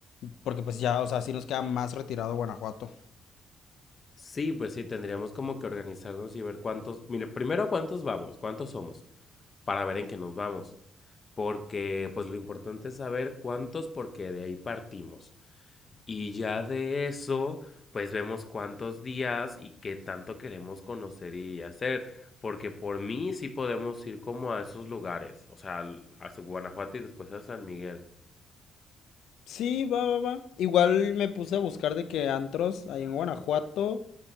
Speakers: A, on the left; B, on the left.
A: porque pues ya, o sea, sí nos queda más retirado Guanajuato.
B: Sí, pues sí, tendríamos como que organizarnos y ver cuántos, mire, primero cuántos vamos, cuántos somos, para ver en qué nos vamos, porque pues lo importante es saber cuántos porque de ahí partimos. Y ya de eso, pues vemos cuántos días y qué tanto queremos conocer y hacer, porque por mí sí podemos ir como a esos lugares, o sea, al- a Guanajuato y después a San Miguel.
A: Sí, va, va, va. Igual me puse a buscar de que antros ahí en Guanajuato,